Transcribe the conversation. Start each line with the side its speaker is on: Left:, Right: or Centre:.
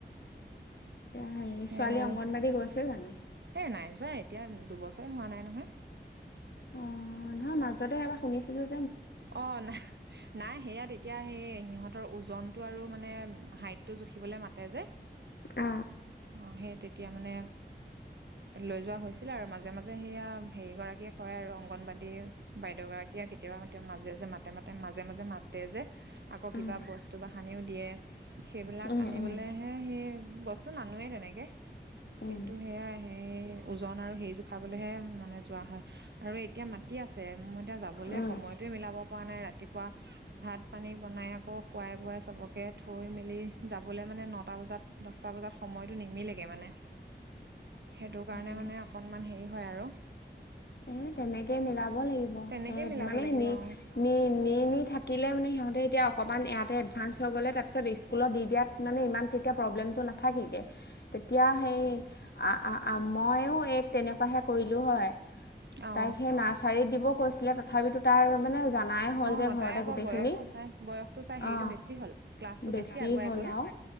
Left: হে
Right: সেয়াই
Left: ছোৱালী
Right: আৰু
Left: অংগনবাড়ী গৈছে জানো?
Right: এ নাই যোৱা এতিয়া দুবছৰে হোৱা নাই নহয়।
Left: অ নহয় মাজতে এবাৰ শুনিছিলো
Right: অ নাই নাই সেয়া তে তিয়া সেই সিহঁতৰ ওজনটো আৰু মানে হাইটটো জুখিবলৈ মাতে যে।
Left: অ।
Right: অ সেই তেতিয়া মানে লৈ যোৱা হৈছিলে আৰু মাজে মাজে সেয়া হেৰি গৰাকীয়ে কয় আৰু অংগনবাদ়ী বাইদেউ গৰা সেয়া কেতিয়াবা এতিয়া মাজে যে মাতে মাতে মাজে মাজে মাতে যে। আকৌ কিবা
Left: উম
Right: বস্তু বা সানিও দিয়ে সেইবিলাক
Left: উম
Right: আনিবলেহে
Left: উম
Right: সেই বস্তু তো নানোৱে তেনেকে।
Left: উম
Right: কিন্তু সেয়াই সেই ওজন আৰু সেই জোখালৈহে মানে যোৱা হয় আৰু এতিয়া মাতি আছে এতিয়া যাবলৈ
Left: উম
Right: সময়টো মিলাব পৰা নাই ৰাতিপুৱা ভাত -পানী বনাই আকৌ খোৱাই বোৱাই চবকে থৈ মেলি যাবলৈ মানে নটা বজাত দশটা বজাত সময়টো নিমিলেগে মানে। সেইটো কাৰণে
Left: অঁ
Right: মানে অকণমান হেৰি হয় আৰু।
Left: এ তেনেকে মিলাব লাগিব।
Right: তেনেকেই
Left: এ
Right: মিলাব
Left: মানে
Right: লাগিব
Left: নি
Right: অ।
Left: নি নি নি থাকিলে মানে সিহঁতে এতিয়া অকণমান ইয়াতে এডভাঞ্চ হৈ গ'লে তাৰপিছত স্কুলত দি দিয়াত মানে ইমান তেতিয়া প্ৰব্লেমটো নাথাকেগে। তেতিয়া সেই আ আ মইয়ো এক তেনেকুৱাহে কৰিলো হয়।
Right: অ অ
Left: তাইক সেই নাৰ্চাৰীত দিব কৈছিলে তথাপিতো তাই মানে জানাই হ'ল
Right: অ
Left: যে ঘৰতে
Right: তাই আকৌ
Left: গোটেইখিনি,
Right: বয়সটো চাই বয়সটো চাই হেৰিটো
Left: অ
Right: বেছি হ'ল ক্লাছটো
Left: বেছি
Right: আগুৱাই
Left: হ'ল
Right: গ'ল
Left: আৰু।